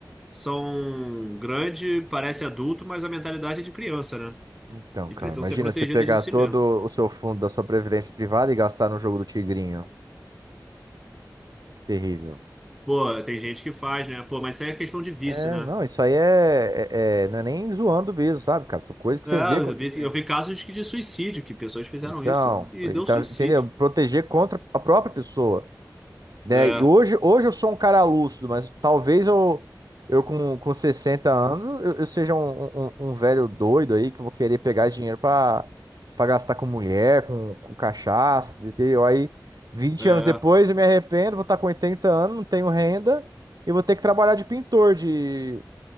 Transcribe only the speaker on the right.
Então,
cara,
imagina
você pegar
todo
o seu fundo da sua previdência privada e gastar no jogo do Tigrinho. Que terrível.
É,
não, isso aí é, é- é- não é nem zoando mesmo, sabe, cara? São coisas que você
vê acontecendo.
Então,
e
tá-
entendeu? Proteger contra a própria pessoa. né?
E hoje, hoje eu sou um cara lúcido, mas talvez eu, eu com, com 60 anos eu, eu seja um, um, um um velho doido aí que eu vou querer pegar dinheiro para gastar com mulher, com, com cachaça, entendeu? Aí vinte
anos depois eu me arrependo, vou estar com 80 anos, não tenho renda e vou ter que trabalhar de pintor, de